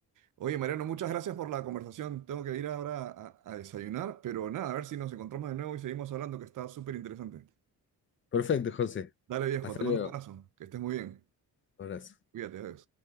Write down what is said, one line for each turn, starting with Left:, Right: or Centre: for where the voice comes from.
Right: Oye, Mariano, muchas gracias por la conversación. Tengo que ir ahora a, a desayunar, pero nada, a ver si nos encontramos de nuevo y seguimos hablando, que está súper interesante.
Left: Perfecto, José.
Right: Dale, viejo,
Left: Hasta
Right: te mando
Left: luego.
Right: un abrazo. Que estés muy bien.
Left: Abrazo.
Right: Cuídate, adiós.